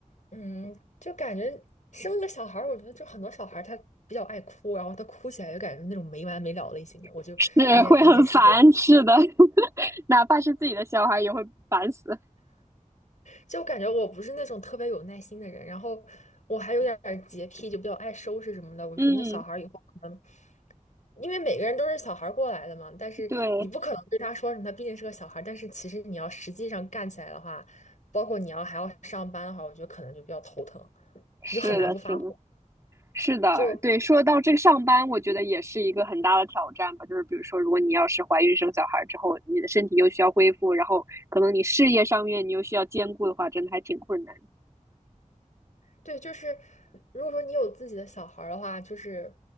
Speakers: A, on the left (about 65°); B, on the right (about 20°).
A: 嗯，就感觉生个小孩儿，我觉得就很多小孩儿他比较爱哭，然后他哭起来就感觉那种没完没了类型的，我就有点有点受不了。
B: <laughs> 是会很烦。是的，<laughs> 哪怕是自己的小孩也会烦死。
A: 就感觉我不是那种特别有耐心的人，然后我还有点儿洁癖，就比较爱收拾什么的。我觉得那小孩儿以后可能，
B: 嗯，
A: 因为每个人都是小孩儿过来的嘛，但是你不可能对他说什么，
B: 对。
A: 他毕竟是个小孩儿。但是其实你要实际上干起来的话，包括你要还要上班的话，我觉得可能就比较头疼，
B: 是的，
A: 你就很难不发火。
B: 是的，是的，
A: 就
B: 对。说到这个上班，我觉得也是一个很大的挑战吧。就是比如说，如果你要是怀孕生小孩之后，你的身体又需要恢复，然后可能你事业上面你又需要兼顾的话，真的还挺困难。
A: 对，就是如果说你有自己的小孩儿的话，就是